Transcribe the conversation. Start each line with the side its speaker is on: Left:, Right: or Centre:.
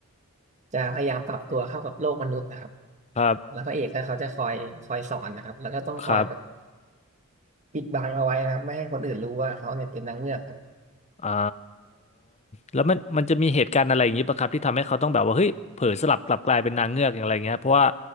Right: จะพยายามปรับตัวเข้ากับโลกมนุษย์นะครับ
Left: ครับ
Right: แล้วพระเอกก็เขาจะคอยคอยสอนนะครับแล้วก็ต้องคอยแบบ
Left: ครับ
Right: ปิดบังเอาไว้นะครับไม่ให้คนอื่นรู้ว่าเขาเนี่ยเป็นนางเงือกครับ
Left: อ่าแล้วมันมันจะมีเหตุการณ์อะไรอย่างนี้ปะครับที่ทำให้เขาต้องแบบว่าเฮ้ยเผลอสลับกลับกลายเป็นนางเงือกอย่างไรเงี้ยเพราะว่า